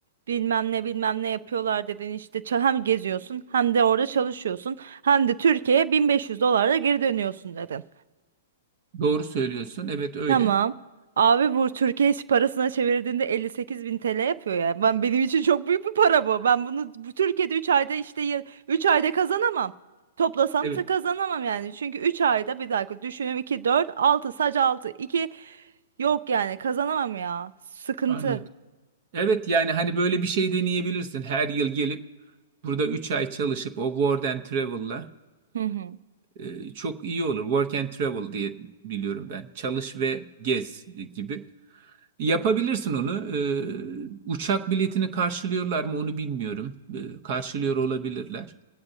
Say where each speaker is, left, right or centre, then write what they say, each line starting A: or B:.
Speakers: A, on the right; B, on the right.
A: bilmem ne bilmem ne yapıyorlar dedin işte ça- hem geziyorsun hem de orada çalışıyorsun hem de Türkiye'ye 1500 dolarla geri dönüyorsun dedin.
B: Doğru söylüyorsun. Evet öyle.
A: Tamam. Abi bu Türkiye parasına çevirdiğinde 58 bin TL yapıyor ya. Ben benim için çok büyük bir para bu. Ben bunu bu Türkiye'de üç ayda işte 3 ayda kazanamam. Toplasam
B: Evet
A: da kazanamam yani. Çünkü üç ayda bir dakika düşünüyorum 2 4 altı sadece 6 iki yok yani kazanamam ya. Sıkıntı.
B: anladım. Evet yani hani böyle bir şey deneyebilirsin. Her yıl gelip burada 3 ay çalışıp o Work and Travel'la
A: Hı hı.
B: e, e, çok iyi olur. Work and Travel diye biliyorum ben. Çalış ve gez gibi. Yapabilirsin onu. Ee, uçak biletini karşılıyorlar mı onu bilmiyorum. Ee, karşılıyor olabilirler.